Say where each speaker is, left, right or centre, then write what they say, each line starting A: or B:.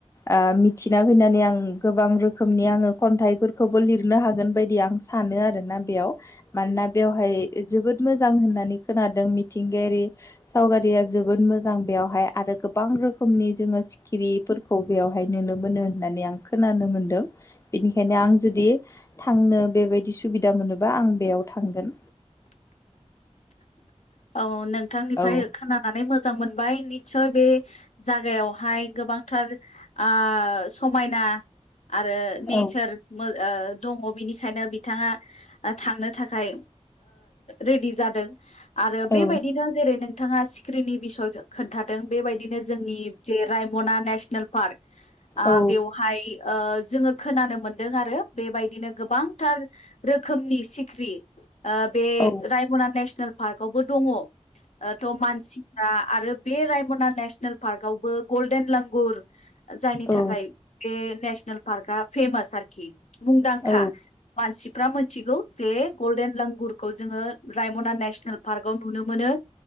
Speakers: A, on the left; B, on the left.
A: ओ मिथिना फैनानै आं गोबां रोखोमनि आङो खन्थाइफोरखौबो लिरनो हागोन बायदि आं सानो आरोना बेयाव मान मानोना बेवहाय जोबोद मोजां होननानै खोनादों मिथिंगायारि सावगारिया जोबोद मोजां आं बेवहाय आरो गोबां रोखोमनि जोङो सिखिरिफोरखौ बेवहाय नुनो मोनो होननानै आं खोनानो मोनदों बेनिखायनो आं जुदि थांनो बेबायदि सुबिदा मोनोबा आं बेयाव थांगोन
B: <inaudible> औ नोंथांनिफ्राय
A: औ
B: खोनानानै मोजां मोन बाय निचय बे जागायावहाय गोबांथार आ समायना आरो नेचार
A: औ
B: मा ओ दङ बिनिखायनो बिथाङा थांनो थाखाय रेडि जादों आरो बेबायदिनो
A: औ
B: जेरै नोंथाङा स्क्रिननि बिसय खोन्थादों बेबायदिनो जोंनि जे राइम मना नेसनेल पार्क
A: औ
B: बेवहाय जोङो खोनानो मोनदों आरो बेबायदिनो गोबांथार रोखोमनि सिख्रि बे
A: औ
B: रायमना नेसनेल पार्कआवबो दङ थ' मानसिफ्रा आरो बे रायमना नेसनेल पार्कआवबो गल्डेन लांगुर जायनि
A: औ
B: थाखाय बे नेसनेल पार्कआ फेमास आरोखि मुंदांखा
A: औ
B: मानसिफ्रा मिथिगौ जे गल्डेन लगुरखौ जोङो रायमना नेसनेल पार्कव नुनो मोनो